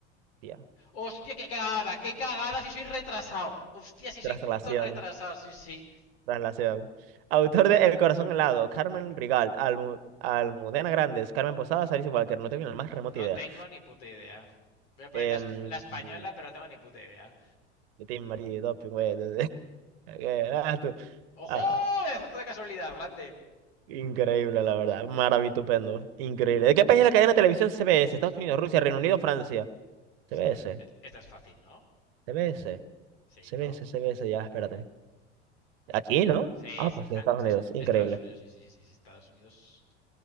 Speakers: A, on the right; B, on the left.
A: Tía.
B: Hostia, qué cagada, qué cagada si soy retrasado. Hostia, si soy
A: Traslación.
B: puto retrasado, sí, sí.
A: Traslación. Autor de El corazón helado. Carmen
B: No,
A: Rigal. Almu- Almudena Grandes. Carmen Posadas. Alice Walker. No tengo ni la más remota
B: no
A: idea.
B: tengo ni puta idea. Voy a poner
A: Em,
B: la, esp- la española, pero no tengo ni puta idea.
A: de Tim Marie, Doping, güey. Eh, <laughs> ah, tú.
B: ¡Ojo!
A: Ah,
B: Azoto de casualidad, grande.
A: increíble, la verdad. Maravitupendo. Increíble. ¿De qué país es la cadena de televisión CBS?
B: Ah, sí,
A: Estados Unidos, Rusia, Reino Unido, Francia.
B: sí,
A: CBS.
B: esta es- eh, esta es fácil, ¿no?
A: CBS.
B: Sí,
A: CBS,
B: ¿no?
A: CBS, ya, espérate. Aquí, ¿no?
B: Sí,
A: Ah,
B: sí.
A: pues de
B: Ah,
A: Estados
B: es-
A: Unidos, increíble.
B: Estados Unidos, sí, sí, sí, sí, Estados Unidos.